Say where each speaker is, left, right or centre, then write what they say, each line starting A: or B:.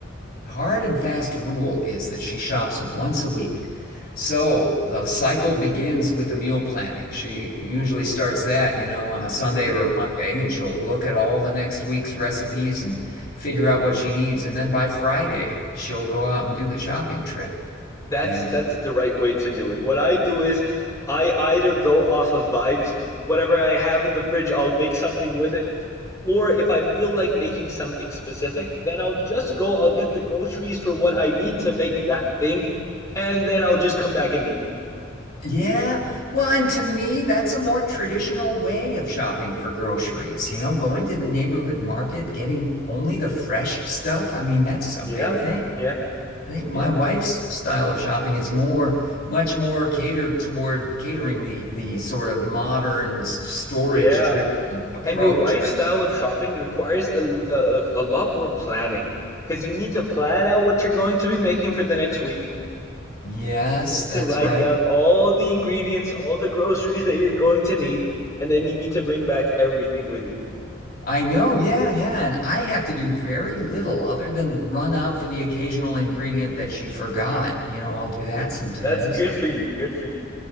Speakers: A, on the left (about 50°); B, on the left (about 15°).
A: hard and fast rule is that she shops once a week. So the cycle begins with the meal planning. She usually starts that, you know, on a Sunday
B: hmm
A: or a Monday, and she'll look at all the next week's recipes and figure out what she needs. And then by Friday, she'll go out and do the shopping trip.
B: That's
A: And
B: that's
A: uh,
B: the right way to do it. What I do is I either go off of vibes, whatever I have in the fridge, I'll make something with it. Or if I feel like making something specific, then I'll just go, I'll get the groceries for what I need to make that thing, and then I'll just come back and make.
A: yeah, well, and to me, that's a more traditional way of shopping for groceries, you know, going to the neighborhood market, getting only the fresh stuff. I mean, that's a
B: Yeah,
A: big thing.
B: yeah,
A: I think my
B: yeah,
A: wife's style of shopping is more, much more catered toward catering the the sort of modern storage
B: yeah.
A: driven approach
B: And your wife's
A: where
B: style
A: things,
B: of shopping requires a, a, a lot more planning because you need to plan out what you're going to be making for the next week.
A: yes,
B: You need
A: that's
B: to write
A: right.
B: down all the ingredients, all the groceries that you're going to need, and then you need to bring back everything with you.
A: I know, yeah, yeah. And I have to do very little other than run out for the occasional ingredient that she forgot. You know, I'll do that sometimes.
B: That's good for you. Good for you.